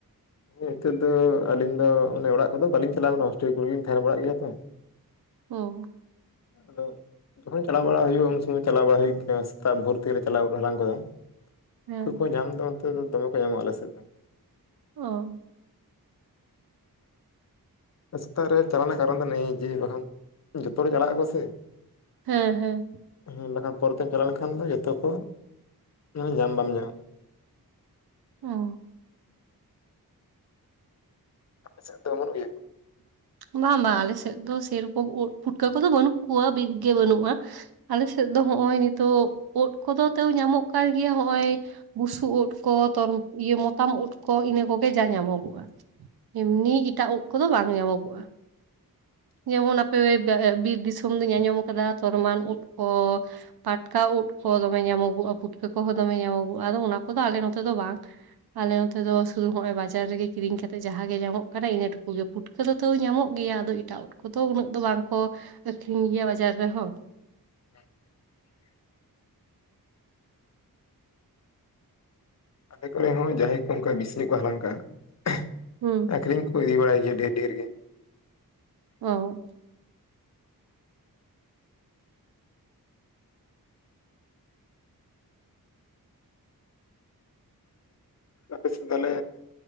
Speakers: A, on the left (about 45°); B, on the right (about 80°).
A: ᱱᱤᱛᱳ ᱫᱚ ᱟᱹᱞᱤᱧ ᱫᱚ ᱚᱱᱮ ᱚᱲᱟᱜ ᱠᱚᱫᱚ ᱵᱟᱞᱤᱧ ᱪᱟᱞᱟᱜᱣ ᱠᱟᱱᱟ ᱦᱚᱥᱴᱮᱞ ᱠᱚᱨᱮᱜᱞᱤᱧ ᱛᱟᱦᱮᱸᱱ ᱵᱟᱲᱟᱜ ᱜᱮᱭᱟ ᱛᱚ
B: ᱚ
A: ᱟᱫᱚ ᱡᱚᱠᱷᱚᱱ ᱪᱟᱞᱟᱣ ᱵᱟᱲᱟ ᱦᱩᱭᱩᱜᱼᱟ ᱩᱱ ᱥᱚᱢᱚᱭ ᱪᱟᱞᱟᱣ ᱵᱟᱲᱟ ᱦᱩᱭᱩᱜ ᱜᱮ ᱥᱮᱛᱟᱜ ᱵᱷᱚᱨᱛᱤ ᱨᱮ ᱪᱟᱞᱟᱣ ᱦᱟᱞᱟᱝ ᱠᱚᱫᱚ
B: ᱦᱮᱸ
A: ᱩᱱᱠᱩ ᱠᱚ ᱧᱟᱢ ᱫᱚ ᱱᱚᱱᱚᱛ ᱫᱚᱢᱮ ᱠᱚ ᱧᱟᱢᱚᱜᱼᱟ ᱟᱞᱮ ᱥᱮᱫ ᱫᱚ
B: ᱚ
A: ᱥᱮᱛᱟᱜ ᱨᱮ ᱪᱟᱞᱟᱜ ᱨᱮᱱᱟᱜ ᱠᱟᱨᱚᱱ ᱫᱚ ᱱᱼ ᱡᱮ ᱵᱟᱠᱷᱟᱱ ᱡᱚᱛᱚ ᱦᱚᱲ ᱪᱟᱞᱟᱜ ᱟᱠᱚ ᱥᱮ
B: ᱦᱮᱸ ᱦᱮᱸ
A: ᱦᱮᱸ ᱵᱟᱠᱷᱟᱱ ᱯᱚᱨᱮᱛᱮᱢ ᱪᱟᱞᱟᱣ ᱞᱮᱱᱠᱷᱟᱱ ᱫᱚ ᱡᱚᱛᱚ ᱠᱚ ᱢᱟᱱᱮ ᱧᱟᱢ ᱵᱟᱢ ᱧᱟᱢᱟ
B: ᱚ
A: ᱟᱯᱮᱥᱮᱫ ᱫᱚ ᱚᱢᱚᱱᱚᱜ ᱜᱮᱭᱟᱹ
B: ᱵᱟᱝ ᱵᱟᱝ ᱟᱞᱮ ᱥᱮᱫ ᱫᱚ ᱥᱮᱨᱚᱠᱚᱢ ᱳᱫ ᱯᱩᱴᱠᱟᱹ ᱠᱚᱫᱚ ᱵᱟᱹᱱᱩᱜ ᱠᱚᱣᱟ ᱵᱤᱨ ᱜᱮ ᱵᱟᱹᱱᱩᱜᱼᱟ ᱟᱞᱮᱥᱮᱫ ᱫᱚ ᱦᱚᱜ ᱚᱭ ᱱᱤᱛᱚᱜ ᱳᱫ ᱠᱚᱫᱚ ᱛᱟᱹᱣ ᱧᱟᱢᱚᱜ ᱠᱟᱱ ᱜᱮᱭᱟ ᱦᱚᱜ ᱚᱭ ᱵᱩᱥᱩᱵ ᱩᱫ ᱠᱚ ᱛᱚᱨ ᱤᱭᱟᱹ ᱢᱚᱛᱟᱢ ᱩᱫ ᱠᱚ ᱤᱱᱟᱹ ᱠᱚᱜᱮ ᱡᱟ ᱧᱟᱢᱚᱜᱚᱜᱼᱟ ᱮᱢᱱᱤ ᱮᱴᱟᱜ ᱳᱫ ᱠᱚᱫᱚ ᱵᱟᱝ ᱧᱟᱢᱚᱜᱚᱜᱼᱟ
A: <inaudible>
B: ᱡᱮᱢᱚᱱ ᱟᱯᱮ ᱵᱤᱨ ᱫᱤᱥᱚᱢ ᱫᱚᱧ ᱟᱸᱡᱚᱢ ᱟᱠᱟᱫᱟ ᱛᱚᱨᱚᱢᱟᱱ ᱩᱫ ᱠᱚ ᱯᱟᱴᱠᱟ ᱩᱫ ᱠᱚ ᱫᱚᱢᱮ ᱧᱟᱢᱚᱜᱚᱜᱼᱟ ᱯᱩᱴᱠᱟᱹ ᱠᱚᱦᱚᱸ ᱫᱚᱢᱮ ᱧᱟᱢᱚᱜᱚᱜᱼᱟ ᱟᱫᱚ ᱚᱱᱟ ᱠᱚᱫᱚ ᱟᱞᱮ ᱱᱚᱛᱮ ᱫᱚ ᱵᱟᱝ ᱟᱞᱮ ᱱᱚᱛᱮ ᱫᱚ ᱥᱩᱫᱩ ᱦᱚᱸᱜ ᱚᱭ ᱵᱟᱡᱟᱨ ᱨᱮᱜᱮ ᱠᱤᱨᱤᱧ ᱠᱟᱛᱮ ᱡᱟᱦᱟᱸ ᱜᱮ ᱧᱟᱢᱚᱜ ᱠᱟᱱᱟ ᱤᱱᱟᱹ ᱴᱩᱠᱩ ᱯᱩᱴᱠᱟᱹ ᱫᱚ ᱛᱟᱹᱣ ᱧᱟᱢᱚᱜ ᱜᱮᱭᱟ ᱟᱫᱚ ᱮᱴᱟᱜ ᱩᱫ ᱠᱚᱫᱚ ᱩᱱᱟᱹᱜ ᱫᱚ ᱵᱟᱝ ᱠᱚ ᱟᱠᱷᱨᱤᱧ ᱜᱮᱭᱟ ᱵᱟᱡᱟᱨ ᱨᱮᱦᱚᱸ
A: <inaudible> ᱟᱞᱮ ᱠᱚᱨᱮ ᱦᱚᱸ ᱡᱟᱦᱟᱸᱭ ᱠᱚ ᱚᱱᱠᱟ ᱵᱤᱥᱤ ᱠᱚ ᱦᱟᱞᱟᱝ ᱠᱟᱜ-ᱟ
B: ᱦᱩᱸ
A: ᱟᱠᱷᱨᱤᱧ ᱠᱚ ᱤᱫᱤ ᱵᱟᱲᱟᱭ ᱜᱮᱭᱟ ᱰᱷᱮᱨ ᱰᱷᱮᱨ ᱜᱮ
B: ᱚ
A: ᱟᱯᱮ ᱥᱮᱫ ᱛᱟᱦᱚᱞᱮ